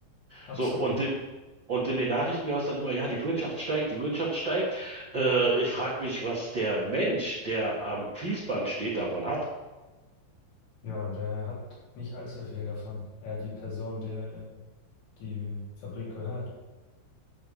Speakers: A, on the left; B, on the right.
A: Absolut.
B: So, und den Und in den Nachrichten hörst du dann immer, ja, die Wirtschaft steigt, die Wirtschaft steigt. Äh, ich frage mich, was der Mensch, der am Fließband steht, davon hat.
A: Ja, der hat nicht allzu viel davon. Er, die Person, der die Fabrik gehört.